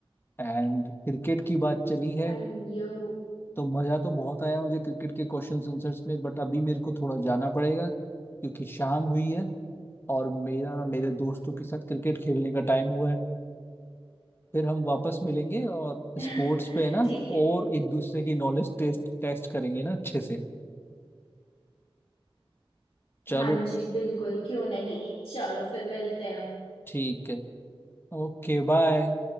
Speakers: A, on the left (about 25°); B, on the left (about 75°).
A: एंड क्रिकेट की बात चली है
B: अयो
A: तो मजा तो बहुत आया मुझे क्रिकेट के क्वेश्चन आंसर्स में बट अभी मेरे को थोड़ा जाना पड़ेगा क्योंकि शाम हुई है और मेरा मेरे दोस्तों के साथ क्रिकेट खेलने का टाइम हुआ है फिर हम वापस मिलेंगे और
B: <laughs>
A: स्पोर्ट्स पे है ना
B: ठीक है
A: और एक दूसरे की नॉलेज टेस्ट टेस्ट करेंगे ना अच्छे से चलो
B: हाँ जी बिल्कुल क्यों नहीं चलो फिर मिलते हैं हम
A: ठीक है Okay bye